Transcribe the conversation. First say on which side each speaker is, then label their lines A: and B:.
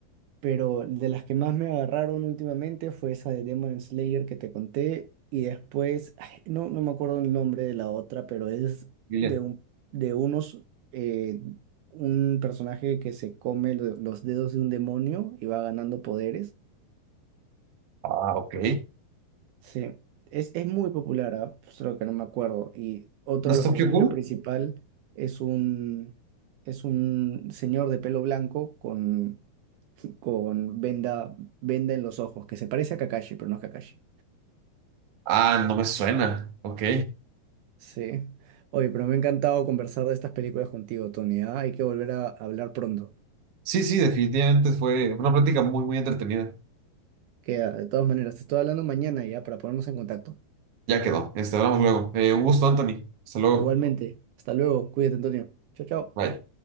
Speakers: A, on the right; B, on the right.
A: pero de las que más me agarraron últimamente fue esa de Demon Slayer que te conté y después, ay, no, no me acuerdo el nombre de la otra, pero es
B: Gillian.
A: de, un, de unos, eh, un personaje que se come lo- los dedos de un demonio y va ganando poderes.
B: Ah, ok.
A: Sí, es, es muy popular, ah, Solo que no me acuerdo. Y otro
B: ¿No
A: de
B: es
A: los
B: Tokyo
A: personajes
B: Ghoul?
A: principal es un, es un señor de pelo blanco con con venda, venda en los ojos, que se parece a Kakashi, pero no es Kakashi.
B: Ah, no me suena. Ok.
A: Sí. Oye, pero me ha encantado conversar de estas películas contigo, Tony. ¿ah? Hay que volver a hablar pronto.
B: Sí, sí, definitivamente fue una plática muy, muy entretenida.
A: Queda, de todas maneras, te estoy hablando mañana ya para ponernos en contacto.
B: Ya quedó. Este, hablamos luego. Eh, un gusto, Anthony. Hasta luego.
A: Igualmente, hasta luego. Cuídate, Antonio. Chao, chao.
B: Bye.